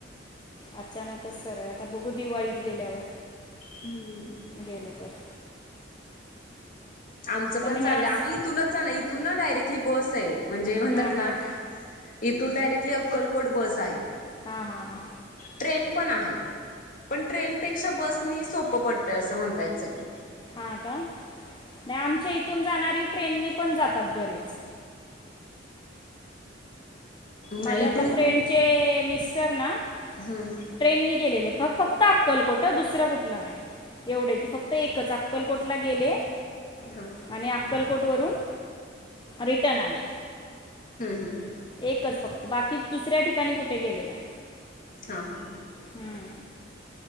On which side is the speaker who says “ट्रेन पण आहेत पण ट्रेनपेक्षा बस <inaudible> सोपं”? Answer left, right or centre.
Left